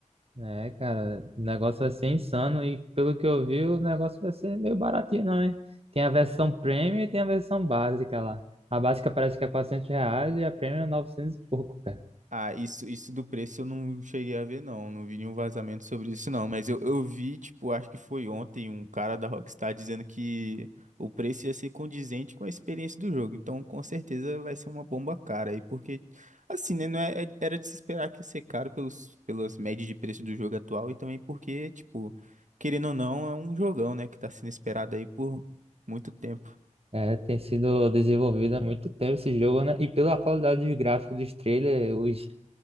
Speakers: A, on the right; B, on the right.
A: É, cara, o negócio vai ser insano e pelo que eu vi, o negócio vai ser meio baratinho, não, hein? Tem a versão premium e tem a versão básica lá. A básica parece que é 400 reais e a premium é 900 e pouco, cara.
B: Ah, isso, isso do preço eu não cheguei a ver, não. Não vi nenhum vazamento sobre isso, não. Mas eu, eu vi, tipo, acho que foi ontem, um cara da Rockstar dizendo que o preço ia ser condizente com a experiência do jogo. Então, com certeza, vai ser uma bomba cara aí, porque, assim, né? Não é, é- era de se esperar que ia ser caro pelos, pelas médias de preço do jogo atual e também porque, tipo, querendo ou não, é um jogão, né? Que tá sendo esperado aí por muito tempo.
A: É, tem sido desenvolvido há muito tempo esse jogo, né? E pela qualidade dos gráficos dos trailers, os